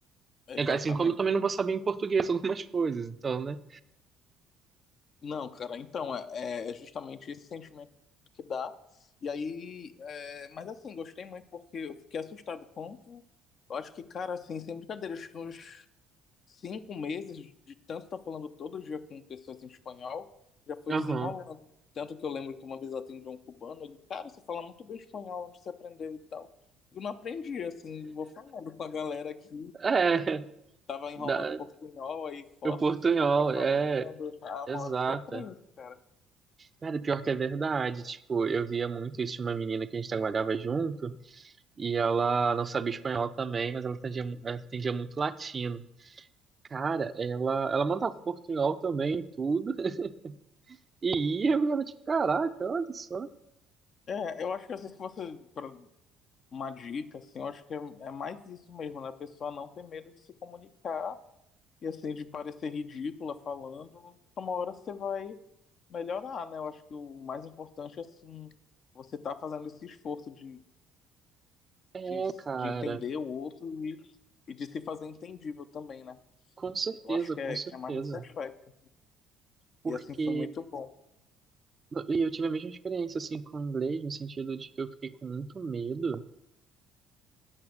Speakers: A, on the left; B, on the right.
A: Exatamente.
B: É, Assim como eu também não vou saber em português <laughs> algumas coisas, então, né?
A: Não, cara, então é, é é justamente esse sentimento que dá. E aí, é, mas assim, gostei muito porque eu fiquei assustado quanto. Eu acho que, cara, assim, sem brincadeira, acho que uns cinco meses de tanto estar falando todo dia com pessoas em espanhol, já foi
B: Aham.
A: desenrolando. Tanto que eu lembro que uma vez eu atendi um cubano, ele, cara, você fala muito bem espanhol, onde você aprendeu e tal. Eu não aprendi, assim, vou falando com a galera aqui,
B: É.
A: Tava enrolando
B: dá.
A: portunhol, aí força
B: O portunhol,
A: a ficar falando.
B: é,
A: Ah,
B: exata.
A: uma hora você aprende, cara.
B: Cara, pior que é verdade. Tipo, eu via muito isso de uma menina que a gente trabalhava junto e ela não sabia espanhol também, mas ela entendia, mu- ela entendia muito latino. Cara, ela, ela mandava portunhol também e tudo. <laughs> E ia, eu era tipo, caraca, olha só.
A: É, eu acho que assim, se fosse pra uma dica, assim, eu acho que é, é mais isso mesmo, né? A pessoa não ter medo de se comunicar e, assim, de parecer ridícula falando. então Uma hora você vai melhorar, né? Eu acho que o mais importante é, assim, você tá fazendo esse esforço de,
B: É,
A: de,
B: cara,
A: de entender o outro e, e de se fazer entendível também, né?
B: com certeza,
A: Eu acho que é,
B: com certeza.
A: que é mais nesse aspecto.
B: Porque
A: E, assim, foi muito bom.
B: e eu tive a mesma experiência, assim, com o inglês, no sentido de que eu fiquei com muito medo.